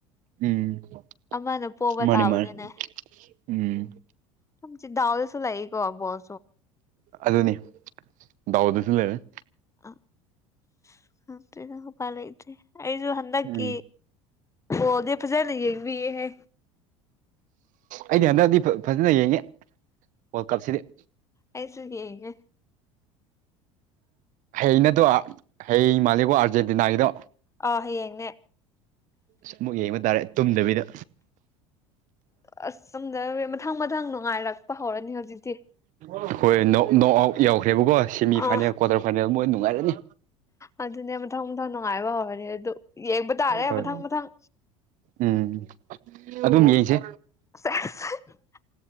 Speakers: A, on the right; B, on the left.
A: ꯎꯝ
B: ꯑꯃꯅ ꯄꯣꯕ
A: ꯃꯥꯅꯤ
B: ꯇꯥꯕꯅꯤꯅꯦ
A: ꯃꯥꯅꯤ ꯎꯝ
B: ꯁꯝ ꯆꯤ ꯗꯥꯎꯗꯁꯨ ꯂꯩꯏꯀꯣ ꯕꯣꯜ
A: ꯑꯗꯨꯅꯤ ꯗꯥꯎꯗꯁꯨ ꯂꯩꯔꯦ꯫
B: <unintelligible> ꯎꯄꯥꯏ ꯂꯩꯇꯦ ꯑꯩꯁꯨ ꯍꯟꯗꯛꯀꯤ
A: ꯎꯝ
B: ꯑꯣꯗꯤ ꯐꯖꯅ ꯌꯦꯕꯤꯕ
A: ꯑꯩꯗꯤ ꯍꯟꯗꯛꯗꯤ ꯐꯖ ꯐꯖꯅ ꯌꯦꯡꯉꯦ ꯋꯥꯔꯜ ꯀꯞꯁꯤꯗꯤ
B: ꯑꯩꯁꯨ ꯌꯦꯡꯉꯦ
A: ꯍꯩꯅꯗꯣ ꯍꯩ ꯃꯥꯜꯂꯤꯒꯣ ꯑꯔꯖꯦꯟꯇꯤꯅꯥꯒꯤꯗꯣ
B: ꯑ ꯍꯌꯦꯅꯦ
A: ꯑ ꯑꯃꯨꯛ ꯌꯦꯡꯕ ꯇꯥꯔꯦ ꯇꯨꯝꯗꯕꯤꯗ
B: ꯑꯁ ꯆꯨꯝꯗ ꯃꯊꯪ ꯃꯊꯪ ꯅꯨꯡꯉꯥꯏꯔꯛꯄ ꯍꯧꯔꯅꯤ ꯍꯧꯖꯤꯛꯇꯤ
A: ꯍꯈꯣꯏ ꯅꯣꯛ ꯑꯥꯎꯠ ꯌꯥꯎꯈ꯭ꯔꯦꯕꯀꯣ ꯁꯦꯃꯤ
B: ꯑꯥ
A: ꯐꯥꯏꯅꯦꯜ ꯀ꯭ꯋꯥꯇꯔ ꯐꯥꯏꯅꯦꯜ ꯃꯣꯏ ꯅꯨꯡꯉꯥꯏꯔꯅꯤ
B: ꯑꯗꯨꯅꯦ ꯃꯊꯪ ꯃꯊꯪ ꯅꯨꯡꯉꯥꯏꯕ ꯍꯧꯔꯅꯤ ꯑꯗꯨ ꯌꯦꯡꯕ ꯇꯥꯔꯦ
A: ꯍꯣꯏ
B: ꯃꯊꯪ ꯃꯊꯪ
A: ꯎꯝ ꯑꯗꯨꯝ ꯌꯦꯡꯁꯦ
B: <unintelligible>